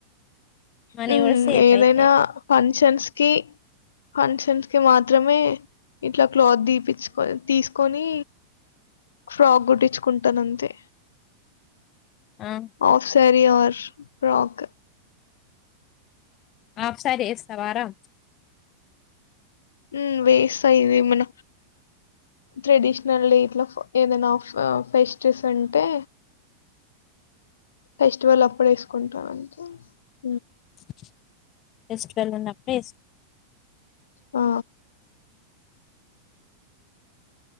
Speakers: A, on the left (about 35°); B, on the left (about 70°).
A: మనీ
B: హు
A: కూడా సేవ్
B: ఏదైనా
A: అయితాయి
B: ఆ షన్స్ కి పంక్షన్ కి మాత్రమే ఇట్లా క్లాత్ దీపిచ్చు తీసుకొని ఫ్రాక్ కుట్టించుకుంటాను అంతే
A: ఆ
B: ఆఫ్ సారి వియోర్ ఫ్రాక్
A: హాఫ్ శారి వేస్తావా రా
B: ఊ వేస్తా ఇవి మన ట్రెడిషనల్ డే ఇట్లా ఏదైనా ఫెస్టిస్ ఉంటే ఫెస్టివల్ అప్పుడు ఏసుకుంట <unintelligible>
A: <inaudible> పేస్టివల్ ఉన్నప్పుడు ఏసుకుంట
B: ఆ